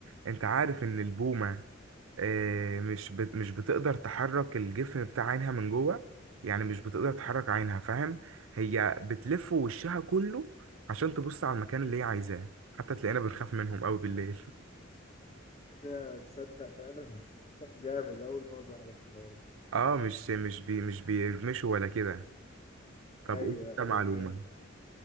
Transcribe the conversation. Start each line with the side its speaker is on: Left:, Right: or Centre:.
Right: انت عارف ان البومة آه مش بت مش بتقدر تحرك الجفن بتاع عينها من جوه يعني مش بتقدر تحرك عينها فاهم هي بتلف وشها كله عشان تبص على المكان اللي هي عايزاه حتى تلاقينا بنخاف منهم قوي بالليل
Left: ده تصدق فعلا <laughs> جامد أول مرة أعرف الحوار ده
Right: اه مش مش بي مش بيرمشوا ولا كده طب
Left: أيوه
Right: قول لي انت
Left: أيوه
Right: معلومة
Left: فاهم